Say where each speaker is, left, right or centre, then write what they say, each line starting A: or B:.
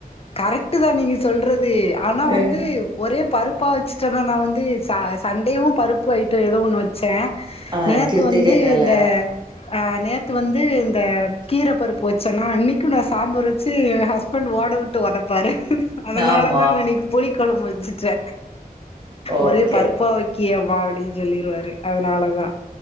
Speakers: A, on the left; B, on the right.
A: கரெக்ட் தா நீங்க சொல்றது கி ஆனா
B: ம்
A: வந்து ஒரு நிறைய பருப்பா வச்சுட்டனா நா வந்து ச சண்டேவு பருப்பு ஐட்டோ ஏதோ ஒன்னு வச்ச
B: ஆ
A: நேத்து
B: கிருத்திகைனால
A: வந்து இந்த அ நேத்து வந்து இந்த கீர பருப்பு வச்சன்னா இன்னைக்கு நச சாம்பார் வச்சு ய ஹஸ்பண்ட் ஓட விட்டு ஒதப்பாரு அதனால
B: ஆமா
A: தா நா இன்னைக்கு புளிக் கொலம்பு வச்சுட்டே
B: ஓகே
A: ஒரே பருப்பா வைக் கீய வாடி சொல்லிரு வாரு அதனாலதா